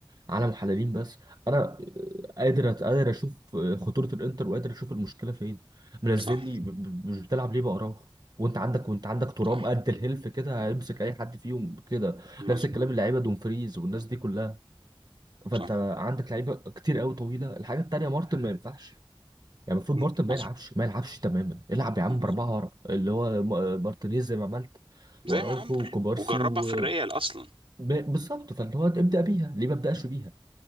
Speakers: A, on the right (about 45°); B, on the right (about 85°).
A: على محللين بس انا آه، قادر أت- قادر اشوف آه، خطورة الانتر وقادر اشوف المشكلة فين منزل
B: صح
A: لي ب- ب- مش بتلعب ليه بأراوخو وانت عندك وانت عندك ترام
B: صح
A: قد الهلف كده هيمسك اي حد فيهم كده
B: مظبوط
A: نفس الكلام اللعيبه دومفريز والناس دي كلها فانت
B: صح
A: عندك لعيبه كتير قوي طويله الحاجه التانيه مارتن ما ينفعش يعني المفروض
B: م-
A: مارتن
B: مظبوط
A: ما يلعبش ما يلعبش تماما العب يا عم
B: مظبوط
A: باربعه ورا اللي هو م- مارتينيز زي ما عملت واراوخو
B: زي ما عمرو
A: وكوبارسي
B: وجربها
A: و
B: في الريال اصلا
A: ب- بالظبط فاللي هو ابدا بيها ليه ما ابداش بيها